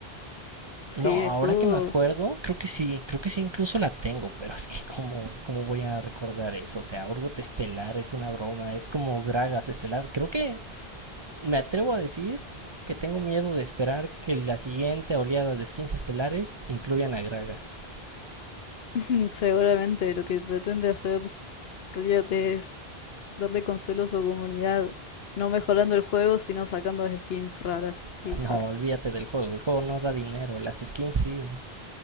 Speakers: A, on the left; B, on the right.
A: Sí,
B: No, ahora
A: estuvo.
B: que me acuerdo, creo que sí, creo que sí incluso la tengo, <laughs> pero es que como, cómo voy a recordar eso, o sea, Urgot Estelar es una broma, es como Gragas Estelar, creo que Me atrevo a decir que tengo miedo de esperar que la siguiente oleada de skins estelares incluyan a Gragas.
A: <laughs> Seguramente lo que pretende hacer Riot es darle consuelo a su comunidad, no mejorando el juego, sino sacando skins raras
B: <laughs>
A: y bizarras.
B: No, olvídate del juego, el juego no da dinero, las skins sí.